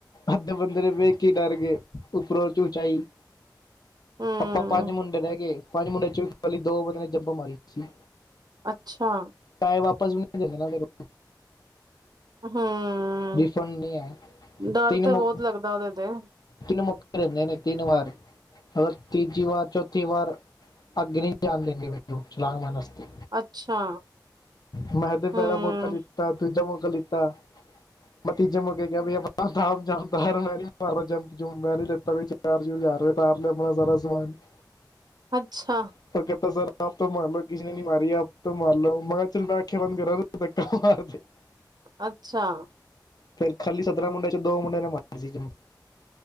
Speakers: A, on the left; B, on the right.
A: ਅੱਦੇ ਬੰਦੇ ਤੇ ਵੇਖ ਹੀ ਡਰ ਗੇ, ਉੱਪਰੋਂ 'ਚ ਉਚਾਈ।
B: ਹੂੰ
A: ਆਪਾਂ ਪੰਜ ਮੁੰਡੇ ਰਹਿ ਗਏ, ਪੰਜ ਮੁੰਡੇ 'ਚੋਂ ਖਾਲੀ ਦੋ ਬੰਦੇਆਂ ਨੇ ਜੱਪੰਂ ਮਾਰੀ ਸੀ।
B: ਅੱਛਾ।
A: ਟਾਏ ਵਾਪਸ ਵੀ ਦੇਦੇਨਾ ਮੈਂਨੁ।
B: ਹੁੰ,
A: ਰਿਫੰਡ ਨਹੀਂ ਹੈ
B: ਡਰ
A: ਤਿੰਨ
B: ਤੇ
A: ਮੌਕੇ
B: ਬਓਤ ਲੱਗਦਾ ਓਦੇ ਤੇ।
A: ਤਿੰਨ ਮੁੱਕਦੇ ਨੇ ਤਿੰਨ ਵਾਰ। ਅਗਰ ਤੀਜੀ ਵਾਰ ਚੌਥੀ ਵਾਰ ਅਗੇ ਨਈਂ ਜਾਣ ਦੇਨਗੇ ਮੈਨੂੰ ਛਲਾਗ ਮਾਰਨ ਅਸਤੇ
B: ਅੱਛਾ।
A: ਮੈਂ ਤੇ
B: ਹੂੰ-ਹੂੰ
A: ਪੈਰਾ ਮੌਕਾ ਲਿੱਤਾ ਦੂਜਾ ਮੌਕਾ ਲਿੱਤਾ। ਬਾਕੀ ਜੱਮ ਕੇ ਕੇਯਾ <unintelligible> ਬਚਾਓ। ਤਾਰ ਮੈਂ ਨੀ ਮਾਰਦਾ ਜੰਪ-ਜੁੰਪ ਮੈਂ ਨੀ ਲਿੱਤਾ ਕੋਈ ਚਾਰ-ਚੂਰ ਜਾਰ ਤਾਰ ਲਿਆ ਆਪਣਾ ਸਾਰਾ ਸਮਾਨ। <inaudible>
B: ਅੱਛਾ।
A: ਫੇਰ ਕੇਤਾ ਸਰ, ਆਪ ਤੋਂ ਮਾਰ ਲੋਓ ਕਿਸੇ ਨੇ ਨੀ ਮਾਰੀ ਆਪ ਤੋਂ ਮਾਰ ਲੋੋ, ਮੈਹ ਚੱਲ, ਮੈਂ ਅੱਖੀਆਂ ਬੰਦ ਕਰਾਂਗਾ ਤੂੰ ਤੱਕਾ ਮਾਰਦੀ। <unintelligible>
B: ਅੱਛਾ।
A: ਫੇਰ ਖਾਲੀ ਸੱਤਰਾਂ ਮੁੰਡੇ ਚ ਦੋ ਮੁੰਡੇ ਨੇ ਮਾਰ ਸੀ।